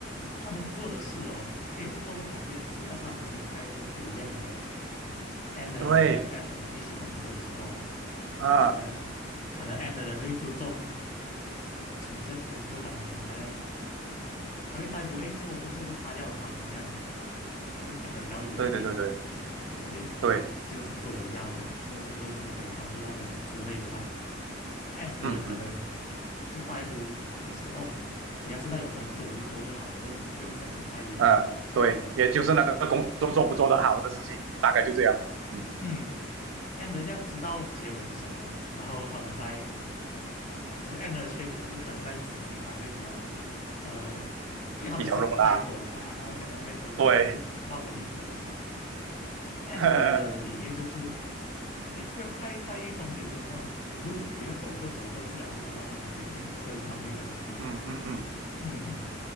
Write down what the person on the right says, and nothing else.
对
啊，
对对对对
对，
嗯嗯
啊，
对，也就是那个工作做不做得好的事情，大概就这样，嗯，
比较弱啦，
对，
<laughs> 呵呵，
嗯嗯嗯，